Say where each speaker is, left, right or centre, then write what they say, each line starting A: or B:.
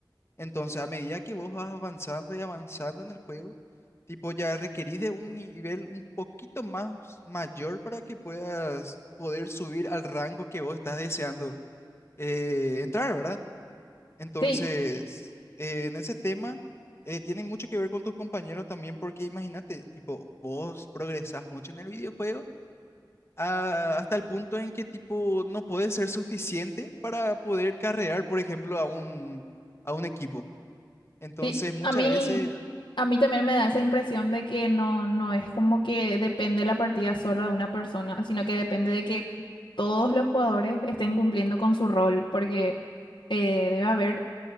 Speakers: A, on the left; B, on the left.
A: Entonces, a medida que vos vas avanzando y avanzando en el juego, tipo, ya requerís de un nivel un poquito más mayor para que puedas poder subir al rango que vos estás deseando eh, entrar, ¿verdad? Entonces,
B: Sí,
A: eh, en ese tema, eh, tiene mucho que ver con tus compañeros también, porque imagínate, tipo, vos progresás mucho en el videojuego a- hasta el punto en que tipo no puede ser suficiente para poder carrear, por ejemplo, a un, a un equipo. Entonces,
B: Sí,
A: muchas
B: a mí,
A: veces,
B: a mí también me da esa impresión de que no, no es como que depende la partida solo de una persona, sino que depende de que todos los jugadores estén cumpliendo con su rol, porque eh, debe haber